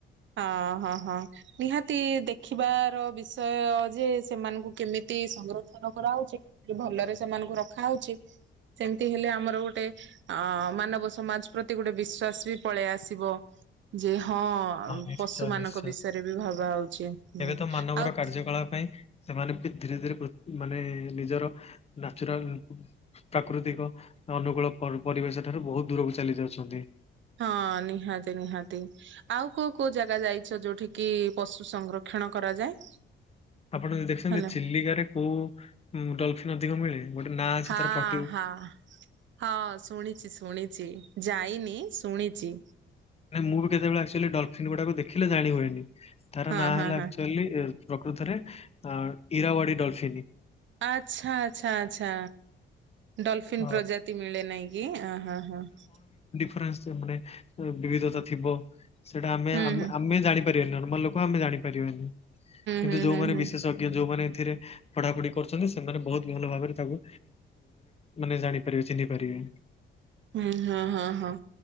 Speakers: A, on the right; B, on the left.
A: ହଁ ହଁ ହଁ ନିହାତି ଦେଖିବାର ବିଷୟ ଯେ ସେମାନଙ୍କୁ କେମିତି ସଂରକ୍ଷଣ କରାହେଉଛି। ଭଲରେ ସେମାନଙ୍କୁ ରଖାହଉଛି ସେମିତି ହେଲେ ଆମର ଗୋଟେ ଅ ମାନବ ସମାଜ ପ୍ରତି ଗୋଟେ ବିଶ୍ଵାସ ବି ପଳେଇ ଆସିବ ଯେ ହଁ।
B: ନିଶ୍ଚୟ
A: ପଶୁ ମାନଙ୍କ
B: ନିଶ୍ଚୟ।
A: ବିଷୟରେ ବି ଭାବା ହଉଛି ଉଁ
B: ଏବେ ତ ମାନବର
A: ଆଉ
B: କାର୍ଯ୍ୟକଳାପ ପାଇଁ ସେମାନେ ବି ଧୀରେ ଧୀରେ ମାନେ ନିଜର ନାଚୁରାଲ୍ ପ୍ରାକୃତିକ ଅନୁକୂଳ ପରିବେଶ ଠାରୁ ବହୁତ ଦୂରକୁ ଚାଲି ଯାଉଛନ୍ତି।
A: ହଁ ନିହାତି ନିହାତି ଆଉ କୋଉଁ କୋଉଁ ଜାଗା ଯାଇଛ ଯୋଉଠି କିି ପଶୁ ସଂରକ୍ଷଣ କରାଯାଏ?
B: ଆପଣ ଯ ଦେଖୁଛନ୍ତି
A: ହେଲା।
B: ଚିଲିକାରେ କୋଉଁ ଡଲ <unintelligible> ଅଧିକ ମିଳେ। ଗୋଟେ ନାଁ ଅଛି
A: ହଁ
B: ତାର ପଟି
A: ହଁ ହଁ ଶୁଣିଛି ଶୁଣି ଚି ଯାଇନି ଶୁଣିଚି।
B: ମୁଁ ବି କେତେବେଳେ ଆସିଲି ଡ଼ ସେ ଗୁଡ଼ାକୁ ଦେଖିଲେ ଜାଣି ହୁଏନି। ତାର
A: ହଁ
B: ନା
A: ହଁ
B: ହେଲା
A: ହଁ
B: ଆକ୍ଚୁଏଲି ଇ ପ୍ରକୃତରେ ଅଂ ଇରାୱାଡି ଡ଼ଲଫିନ।
A: ଆଚ୍ଛା ଆଚ୍ଛା ଆଚ୍ଛା। ଡଲଫିନ୍
B: ତ
A: ପ୍ରଜାତି ମିଳେ ନାଇଁ କି ଇଏ ହଁ ହଁ ହଁ।
B: <unintelligible> ସେମାନେ ବିବିଧତା ଥିବ। ସେଇଟା ଆମେ
A: ହୁଁ ହୁଁ
B: ଆମେ ଜାଣି ନର୍ମାଲଲୋକ ଆମେ ଜଣିପାରିବାନି । କିନ୍ତୁ
A: ହୁଁ
B: ଯୋଉମାନେ
A: ହୁଁ ହୁଁ ହୁଁ।
B: ବିଶେଷଜ୍ଞ ଯୋଉମାନେ ଏଥିରେ ପଢାପଢି କରୁଛନ୍ତି ସେମାନେ ବହୁତ ଭଲ ଭାବରେ ତାକୁ ମାନେ ଜାଣିପାରିବେ ଚିହ୍ନି ପାରିବେ।
A: ହୁଁ ହଁ ହଁ ହଁ